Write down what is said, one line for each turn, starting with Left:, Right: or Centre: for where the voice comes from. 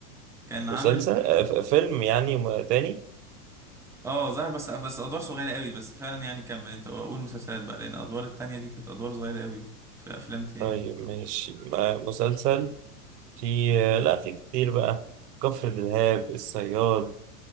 Centre: كان
Right: مسلسل
Centre: عامل
Right: آه ف- فيلم يعني م- تاني
Centre: اه ظهر بس بس ادوار صغيره قوي بس فعلا يعني كمل انت قول مسلسلات بقى لان الادوار التانية دي كانت ادوار صغيره قوي في افلام تاني
Right: طيب ماشي آه مسلسل في آه لا في كتير بقى كفر دلهاب الصياد